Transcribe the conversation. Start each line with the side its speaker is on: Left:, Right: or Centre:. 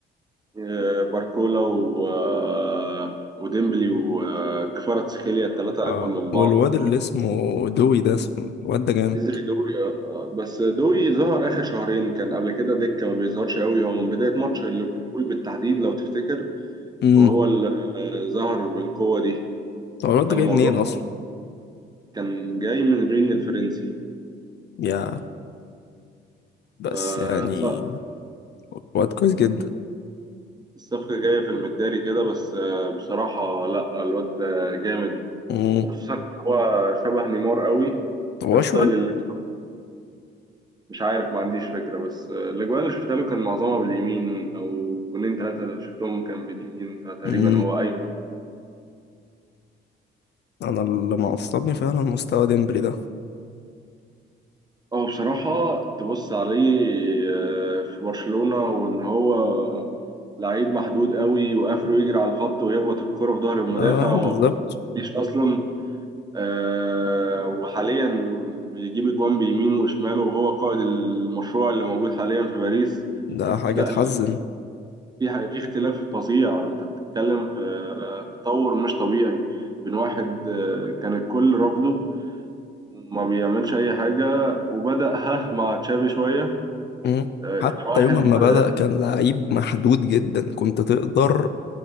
Right: آه باركولا و آه وديمبلي وكفاراتسخيليا الثلاثه
Left: اه
Right: اجمل من بعض
Left: والواد اللي اسمه دوي ده اسمه- الواد ده جامد
Right: نزل دوي آه، آه، بس دوي ظهر اخر شهرين كان قبل كده دكه ما بيظهرش قوي هو من بدايه ماتش ليفربول بالتحديد لو تفتكر
Left: امم
Right: وهو اللي آه، ظهر بالقوه دي
Left: هو الواد ده
Right: فالموضوع
Left: جاي منين اصلا
Right: كان جاي من رين الفرنسي
Left: يا بس
Right: فالصفقه
Left: يعني الواد كويس جدا
Right: الصفقه جايه في المداري كده بس آه، بصراحه لا الواد ده جامد
Left: امم
Right: وخصوصا إن هو شبه نيمار قوي
Left: هو
Right: في ستايل
Left: اشول
Right: اللعب مش عارف ما عنديش فكرة بس آه، الأجوان اللي شفتها له كان معظمها باليمين أو جونين ثلاثة اللي شفتهم كان باليمين فتقريبا
Left: امم
Right: هو أي
Left: انا اللي معصبني فعلا مستوى ديمبلي ده
Right: هو بصراحة تبص عليه آه، في برشلونة وإن هو لعيب محدود قوي وآخره يجري على الخط ويخبط الكرة في ظهر المدافع
Left: اه
Right: وما
Left: بالظبط
Right: بتعديش أصلا آه، وحاليا بيجيب أجوان بيمينه وشماله وهو قائد المشروع اللي موجود حاليا في باريس
Left: ده حاجه
Right: لا
Left: تحزن
Right: في ح- في اختلاف فظيع انت بتتكلم في آه، تطور مش طبيعي بين واحد آه، كان الكل رافضه وما بيعملش اي حاجه وبدأ ها مع تشافي شويه
Left: امم
Right: آه،
Left: حتى
Right: إلى واحد
Left: يوم ما
Right: آه،
Left: بدأ كان لعيب محدود جدا كنت تقدر